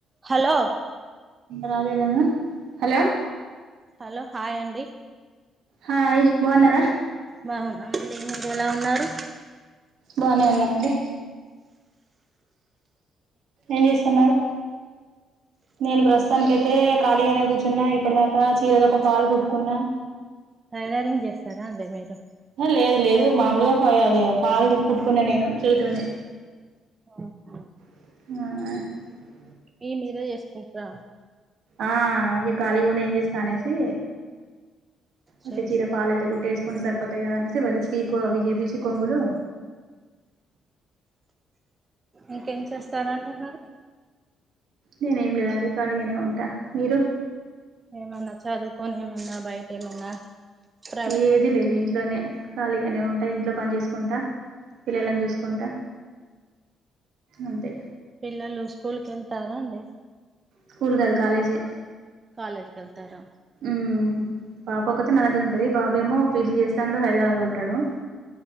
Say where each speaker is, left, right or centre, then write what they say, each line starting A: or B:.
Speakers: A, on the right; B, on the right.
A: Hello
B: రాలేదా hello
A: hello hi అండి
B: hi బావున్నరా
A: బావున్నామ్ అండి మీరు ఎలా ఉన్నారు
B: బానే ఉన్నమండి ఏం చేస్తున్నారు నేను ప్రస్తుతానికి అయితే ఖాళీగానే కూర్చున్నా ఇప్పటి దాకా చీరది ఒక పాల్ కుట్టుకున్నా
A: టైలరింగ్ చేస్తారా అండి మీరు
B: లేదు లేదు మామూలుగా ఫ అది ఫాల్ ది కుట్టుకున్న నేను చేయితోని
A: ఓహా
B: ఆ
A: మీ మీరే చేసుకుంట్రా
B: ఆ ఇక ఖాళీగుండి ఏం చేస్తా అనేసి
A: చేసుకో
B: ఉట్టి చీరా పాల్ అయితే గుట్టే వేసుకుంట సరిపోతది గా అనేస్ వోచుకద పీకో అవిజేపిచి కొంగులు
A: ఇంకేం చేస్తారండి మరి
B: నేనే ఏం లేదండి ఖాళీగనే ఉంటా మీరు
A: ఏమన్నా చదువుకొని ఏమన్నా బయట ఏమన్నా ప్రైవేట్
B: ఏది లేదు ఇంటి ఇంట్లోనే ఖాళీగానే ఉంటా ఇంట్లో పని చేసుకుంటా పిల్లలని చూసుకుంటా అంతే
A: పిల్లలు స్కూల్ కెళ్తారా అండి
B: స్కూల్ కాదు కాలేజే
A: కాలేజికి వెళ్తారా
B: మ్మ్ పాప ఒకతి నా దగ్గర ఉంటది బాబు ఏమో పీజీ చేస్తాండు హైదరాబాద్ లో ఉంటాడు